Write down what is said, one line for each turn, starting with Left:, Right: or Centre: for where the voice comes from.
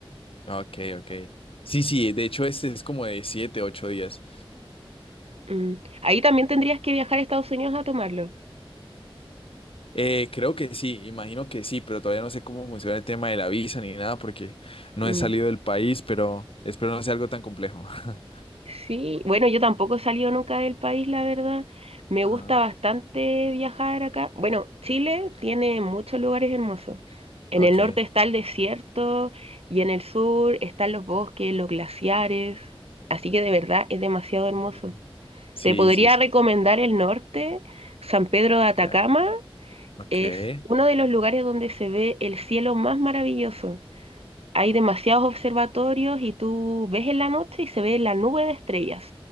Left: Ah, okay, okay. Sí, sí, de hecho este es como de siete, ocho días.
Right: Mm. Ahí también tendrías que viajar a Estados Unidos a tomarlo.
Left: Eh, creo que sí, imagino que sí, pero todavía no sé cómo funciona el tema de la visa ni nada porque no
Right: Mm.
Left: he salido del país, pero espero no sea algo tan complejo. <laughs>
Right: Sí, bueno, yo tampoco he salido nunca del país, la verdad. Me
Left: Ah,
Right: gusta bastante viajar acá. Bueno, Chile tiene muchos lugares hermosos. En
Left: okay,
Right: el norte está el desierto y en el sur están los bosques, los glaciares. Así que de verdad es demasiado
Left: okay.
Right: hermoso.
Left: Sí,
Right: Te podría
Left: sí, sí.
Right: recomendar el norte, San Pedro de Atacama.
Left: cla- Okay,
Right: Es uno de los lugares donde se ve el cielo más maravilloso. Hay demasiados observatorios y tú ves en la noche y se ve la nube de estrellas.